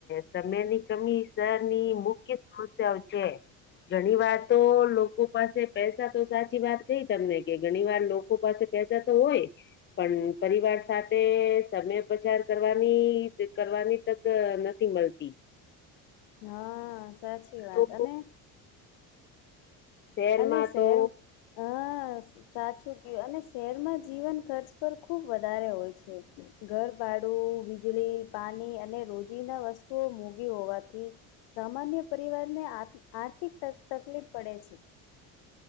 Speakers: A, on the left (about 30°); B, on the left (about 75°).
A: સમયની કમી શર ની મુખ્ય સમસ્યાઓ છે. ઘણી વાર તો લોકો પાસે પૈસા તો સાચી વાત કઈ તમને કે ઘણી વાર. લોકો પાસે પૈસા તો હોય. પણ પરિવાર સાથે સમય પચાર કરવાની કરવાની તક નથી મળતી.
B: હા, સાચી વાત
A: તો
B: અને.
A: શહેરમાં
B: અને શહેર
A: તો
B: હા સાચું કહ્યુ અને શહેરમાં જીવન ખર્ચ પર ખુબ વધારે હોય છે. ઘરભાડું વીજળી પાણી અને રોજી ના વસ્તુઓ મોંધી હોવાથી સામાન્ય પરિવારને આર્થિક તકલીફ પડે છે.